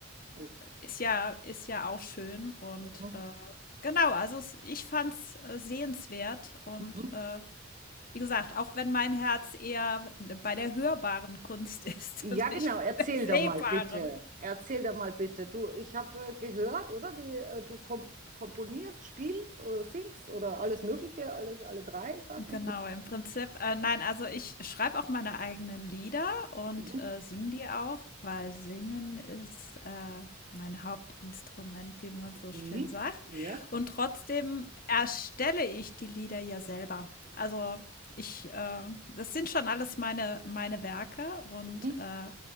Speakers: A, on the right; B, on the left.
A: Ist.
B: ist ja ist ja auch schön und,
A: Mhm,
B: äh, genau, also es ich fand's, äh, sehenswert und,
A: mhm.
B: äh, wie gesagt, auch wenn mein Herz eher bei der hörbaren Kunst <laughs> ist
A: Ja,
B: und
A: genau,
B: nicht
A: erzähl
B: bei der sehbaren.
A: da mal bitte. Erzähl da mal bitte. Du, ich habe äh, gehört, oder wie äh, du kom komponierst, spielst oder singst oder alles Mögliche, alles, alle drei Sachen.
B: Genau,
A: <laughs>
B: im Prinzip, äh, nein, also ich schreibe auch meine eigenen Lieder und
A: Mhm.
B: äh, singe die auch, weil Singen ist äh, mein Hauptinstrument, wie man so
A: Mhm.
B: schön sagt.
A: Ja.
B: Und trotzdem erstelle ich die Lieder ja selber. Also ich, äh, das sind schon alles meine, meine Werke und
A: Mhm.
B: äh,